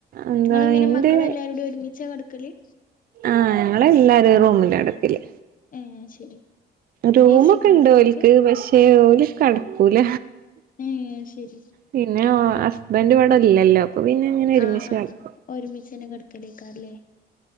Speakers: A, on the right; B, on the left.
A: എന്താ
B: നിങ്ങളെങ്ങനെ
A: എന്റെ
B: മക്കളെല്ലാരൂടി ഒരുമിച്ചാ കെടക്കല്
A: ആഹ്‌ ഞങ്ങളെല്ല ഒരു റൂമിലാ കിടക്കല്
B: ഏഹ് അത് ശരി
A: റൂമൊക്കെ
B: എ സി ഒക്കെ ഉണ്ടോ
A: ഇണ്ട്
B: ഇങ്ങക്ക്
A: ഓലിക്ക് പക്ഷേ ഓല് കിടക്കൂല
B: ഏഹ് അത് ശരി
A: പിന്നെ ഹസ്ബൻഡ് ഇവിടെ ഇല്ലല്ലോ അപ്പൊ പിന്നെ അങ്ങനെ ഒരുമിച്ച്
B: ആഹ് ആഹ്
A: കിടക്കും
B: ഒരുമിച്ചന്നെ കിടക്കലെക്കാ അല്ലെ